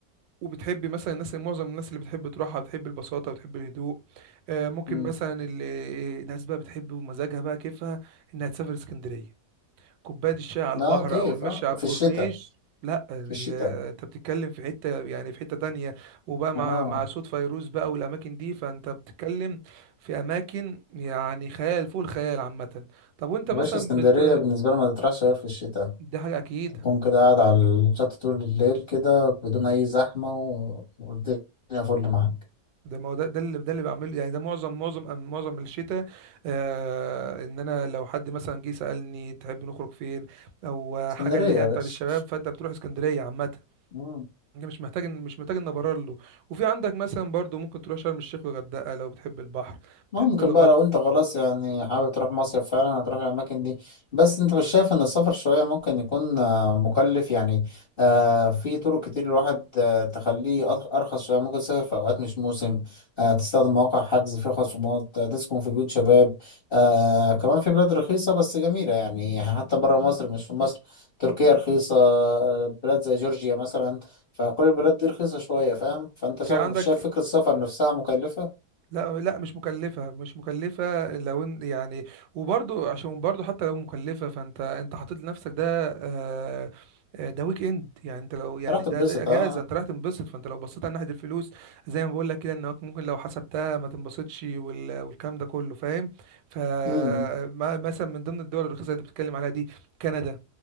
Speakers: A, on the right; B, on the left.
A: وبتحبي مثلا الناس معظم الناس اللي بتحب تروحها بتحب البساطة بتحب الهدوء آه، ممكن
B: مم.
A: مثلا ال- آه، الناس بقى بتحب ومزاجها بقى كيفها انها تسافر اسكندرية كوباية الشاي على البحر
B: اه كيف
A: او المشي
B: اه
A: على الكورنيش
B: في الشتاء
A: لا ال-
B: في الشتاء
A: آه، انت بتتكلم في حتة يعني في حتة تانية وبقى مع
B: اه
A: مع صوت فيروز بقى والاماكن دي فانت بتتكلم في اماكن يعني خيال فوق الخيال عامة طب وانت
B: يا
A: مثلا
B: باشا اسكندرية
A: بت...
B: بالنسبة لي ما تطرحش غير في الشتاء
A: دي حاجة اكيد
B: تكون كده قاعد على الشط طول الليل كده بدون أي زحمة و- والدنيا فل معاك
A: ده ما هو ده ده اللي ده اللي بعمله يعني ده معظم معظم أم- معظم الشتاء آه ان انا لو حد مثلا جه سألني تحب نخرج فين او آه،
B: اسكندرية
A: حاجه اللي
B: يا
A: هي
B: باشا
A: بتاعت الشباب فانت بتروح اسكندريه عامه
B: <laughs>
A: انت مش محتاج مش محتاج ان ابرر له وفي عندك مثلا برضو ممكن تروح شرم الشيخ والغردقه لو بتحب البحر
B: ممكن
A: بتحب الغطس
B: بقى لو انت خلاص يعني حابب تروح مصيف فعلا هتروح الاماكن دي بس انت مش شايف ان السفر شوية ممكن يكون آه، مكلف يعني آه، في طرق كتير الواحد آه، تخليه أرخ- ارخص شوية ممكن تسافر في اوقات مش موسم آه، تستخدم مواقع حجز فيها خصومات آه، تسكن في بيوت شباب آه، كمان في بلاد رخيصة بس جميلة يعني حتى برا مصر مش في مصر تركيا رخيصة آه، بلاد زي جورجيا مثلا فكل البلاد دي رخيصة شوية فاهم فانت
A: وفي
B: شايف
A: عندك
B: شايف فكرة السفر نفسها مكلفة
A: لا لا مش مكلفة مش مكلفة لو إن- يعني وبرضو عشان برضو حتى لو مكلفة فانت انت حاطط لنفسك ده آه، آه، ده ويك اند يعني انت لو يعني
B: راح تتبسط
A: ده ده اجازة
B: اه
A: انت رايح تنبسط فانت لو بصيت على ناحية الفلوس زي ما بقول لك كده انك ممكن لو حسبتها ما تنبسطش وال- والكلام ده كله فاهم فمثلا
B: مم.
A: من ضمن الدول الرخيصة اللي انت بتتكلم عليها دي كندا